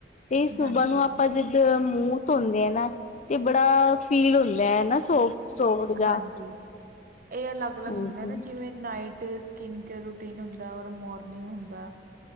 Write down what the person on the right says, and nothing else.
ਹਾਂਜੀ
ਹਾਂਜੀ ਇਹ ਅਲੱਗ-ਅਲੱਗ
ਹੁੰਦੇ ਨਾ ਜਿਵੇਂ ਨਾਈਟ- ਸਕਿਨ ਕੇਅਰ ਰੂਟੀਨ ਹੁੰਦਾ, ਔਰ ਮੋਰਨਿੰਗ ਹੁੰਦਾ।